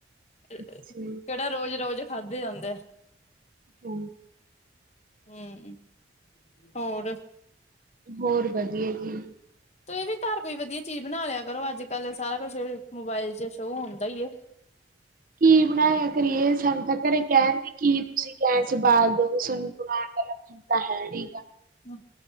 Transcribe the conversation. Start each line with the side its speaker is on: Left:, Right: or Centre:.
Left: ਕਿਹੜਾ
Right: ਅੱਛਾ,
Left: ਰੋਜ਼ ਰੋਜ਼ ਖਾਧੇ ਜਾਂਦੇ ਆ
Right: ਹਾਂ
Left: ਹਮ ਹੋਰ
Right: ਹੋਰ ਵਧੀਆ ਜੀ
Left: ਤੂੰ ਇਹ ਵੀ ਘਰ ਕੋਈ ਵਧੀਆ ਚੀਜ਼ ਬਣਾ ਲਿਆ ਕਰੋ ਅੱਜ ਕੱਲ ਸਾਰਾ ਕੁਛ ਮੋਬਾਇਲ ਚ ਸ਼ੋਅ ਹੁੰਦਾ ਹੀ ਏ
Right: ਕੀ ਬਣਾਇਆ ਕਰੀਏ ਸਾਨੂੰ ਤਾਂ ਘਰੇ ਕਹਿਣ ਦੀ ਕੀ ਤੁਸੀਂ ਕਹਿਣ ਗੈਸ ਬਾਲ ਦੋ ਤੁਾਨੂੰ ਗਣਾਾਰਗਲੱਖ ਖਤਾ ਹੈੀਗਾ <unintelligible>
Left: ਹਮ